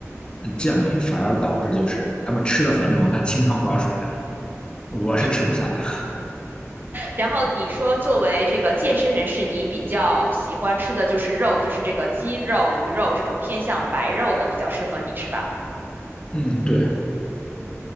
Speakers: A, on the left; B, on the right.
A: 嗯健美，反而导致就是他们吃的，反正我看清汤寡水的，我是吃不下的。
B: 嗯。然后你说作为这个健身人士，你比较喜欢吃的就是肉，就是这个鸡肉、鱼肉这种偏向白肉的比较适合你，是吧？
A: 嗯，对，